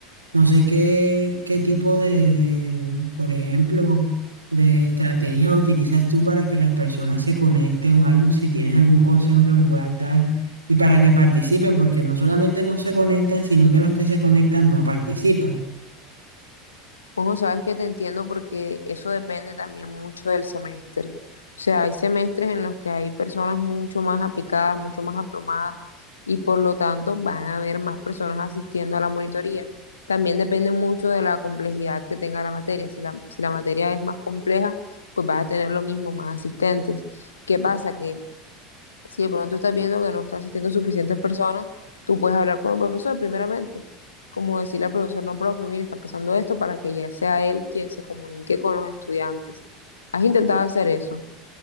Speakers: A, on the right; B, on the left.
A: No sé qué, qué tipo de, de, por ejemplo, de estrategia utilizas tú para que las personas se conecten o algo, si tienes algún consejo que me puedas dar y para que participen, porque no solamente no se conectan, sino que los que se conectan no participan.
B: Bueno, sabes que te entiendo porque eso depende también mucho del semestre. O sea, hay semestres en los que hay personas mucho más aplicadas, mucho más aplomadas y por lo tanto van a haber más personas asistiendo a la monitoría. También depende mucho de la complejidad que tenga la materia. Si la, si la materia es más compleja, pues vas a tener lo mismo, más asistentes. ¿Qué pasa? Que si de pronto estás viendo que no está asistiendo suficientes personas, tú puedes hablar con el profesor primeramente como decirle al profesor, no, profe, mire, está pasando esto para que ya sea él quien se comunique con los estudiantes. ¿Has intentado hacer eso?